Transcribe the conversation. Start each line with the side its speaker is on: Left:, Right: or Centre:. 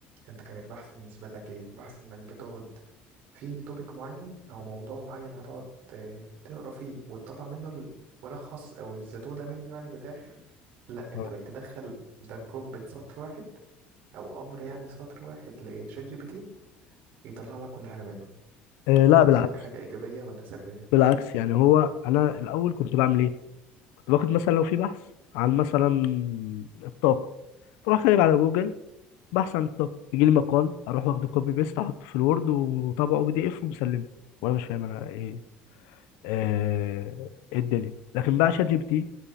Right: انت كان البحث بالنسبة لك ايه البحث انك بتقعد في توبيك معين او موضوع معين هتقعد ت- تقرا فيه وتطلع منه الملخص او الزتونة منه يعني من الاخر لا انت
Left: آه.
Right: بقيت تدخل ده برومبت سطر واحد او امر يعني سطر واحد لشات جي بي تي يطلع لك كل حاجة منه
Left: آه لا
Right: فده بالنسبة
Left: بالعكس
Right: لك حاجة ايجابية ولا سلبية
Left: بالعكس يعني هو انا الاول كنت بعمل ايه كنت باخد مثلا لو في بحث عن مثلا الطاقه بروح كاتب على جوجل بحث عن الطاقه يجي لي مقال اروح واخده كوبي بيست احطه في الوورد وطبعه بي دي اف ومسلمه وانا مش فاهم انا ايه آه، الدنيا لكن بقى شات جي بي تي